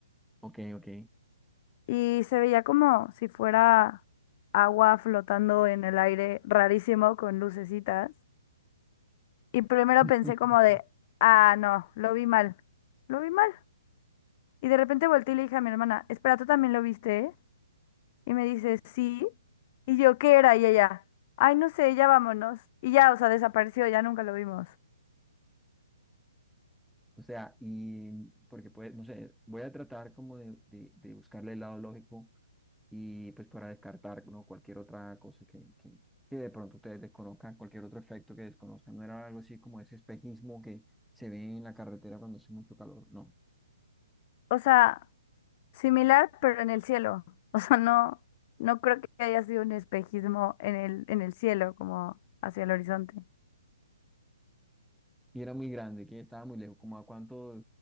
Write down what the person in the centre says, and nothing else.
Ok, ok.
<laughs>
O sea, y porque pues, no sé, voy a tratar como de, de, de buscarle el lado lógico y pues para descartar, ¿no? cualquier otra cosa que, que, que de pronto ustedes desconozcan, cualquier otro efecto que desconozcan. No era algo así como ese espejismo que se ve en la carretera cuando hace mucho calor, no.
Y era muy grande, que estaba muy lejos, como a cuánto,